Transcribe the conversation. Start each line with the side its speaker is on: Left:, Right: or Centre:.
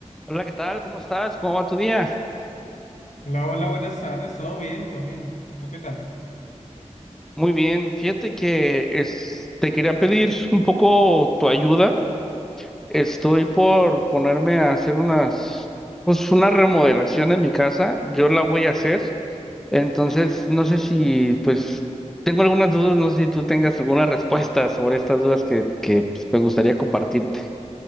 Centre: Hola, ¿qué tal? ¿Cómo estás? ¿Cómo va tu día?
Left: Hola, hola, buenas tardes. ¿Todo bien? ¿Todo bien? ¿Tú qué tal?
Centre: Muy bien. Fíjate que es- te quería pedir un poco tu ayuda. Estoy por ponerme a hacer unas, pues una remodelación en mi casa. Yo la voy a hacer. Entonces, no sé si, pues, tengo algunas dudas, no sé si tú tengas alguna respuesta sobre estas dudas que, que pues, me gustaría compartirte.